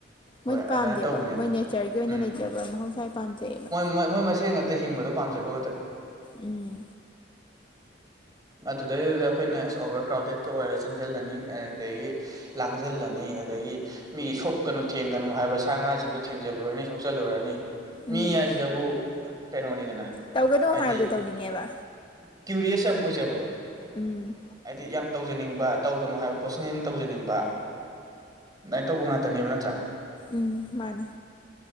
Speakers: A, on the left (about 25°); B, on the right (about 20°).
A: ꯃꯣꯏꯅ
B: ꯍꯣꯏ ꯑꯗꯨꯃꯥꯏꯅ
A: ꯄꯥꯝꯗꯦꯕ
B: ꯇꯧꯕꯅꯦ
A: ꯃꯣꯏ ꯅꯦꯆꯔꯒꯤ ꯑꯣꯏꯅ
B: ꯎꯝ
A: ꯂꯩꯖꯕ ꯃꯍꯧꯁꯥ ꯄꯥꯝꯖꯩꯑꯕ
B: ꯃꯣꯏ ꯃꯣꯏ ꯃꯣꯏ ꯃꯁꯦꯟ ꯉꯥꯛꯇ ꯍꯤꯡꯕꯗꯣ ꯄꯝꯖꯕ
A: ꯎꯝ
B: ꯑꯗꯨꯗꯩꯗꯨꯗ ꯑꯩꯈꯣꯏꯅ ꯑꯁ ꯑꯣꯚꯔ ꯀ꯭ꯔꯥꯎꯗꯦꯠꯀꯥ ꯑꯣꯏꯔꯒ ꯆꯪꯖꯜꯂꯅꯤ ꯑꯗꯨꯗꯒꯤ ꯂꯥꯡꯖꯤꯜꯂꯅꯤ ꯑꯗꯒꯤ ꯃꯤ ꯁꯣꯛꯀꯅꯨ ꯊꯦꯡꯒꯅꯨ ꯍꯥꯏꯕ ꯁꯥ ꯉꯥꯁꯤꯡꯗꯨ ꯊꯦꯡꯖꯜꯂꯨꯔꯅꯤ ꯁꯣꯛꯆꯜꯂꯨꯔꯅꯤ ꯃꯤ
A: ꯎꯝ
B: ꯍꯥꯏꯖꯤꯗꯕꯨ ꯀꯩꯅꯣꯅꯤꯗꯅ
A: ꯇꯧꯒꯅꯣ
B: ꯍꯥꯏꯗꯤ
A: ꯍꯥꯏꯕꯗꯣ ꯇꯧꯅꯤꯡꯉꯦꯕ
B: ꯀ꯭ꯌꯨꯔꯤꯌꯁ ꯌꯥꯝ ꯑꯣꯏꯖꯕꯗꯣ
A: ꯎꯝ
B: ꯍꯥꯏꯗꯤ ꯌꯥꯝ ꯇꯧꯖꯅꯤꯡꯕ ꯇꯧꯒꯅꯨ ꯍꯥꯏꯕ ꯄꯣꯠꯁꯤꯅꯦꯩꯅ ꯇꯧꯖꯅꯤꯡꯕ ꯑꯗꯨꯃꯥꯏꯅ ꯇꯧꯕ ꯉꯥꯛꯇꯅꯦꯕ ꯅꯠꯇ꯭ꯔꯥ
A: ꯎꯝ ꯃꯥꯅꯦ